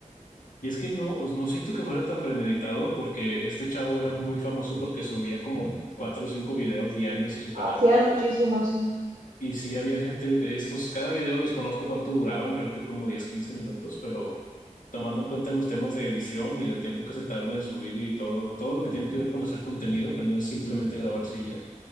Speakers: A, on the left; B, on the right.
A: Y es que no, no siento que fuera tan premeditado porque este chavo era muy famoso porque subía como cuatro o cinco videos diarios a su canal.
B: Ay, Sí, eran sí. muchísimos, sí.
A: Y sí había gente, estos, cada video desconozco cuánto duraban, creo que como 10 15 minutos, pero tomando en cuenta los temas de edición y del tiempo que se tarda en subir y todo, todo lo que tiene que ver con hacer contenido, que no es simplemente grabarse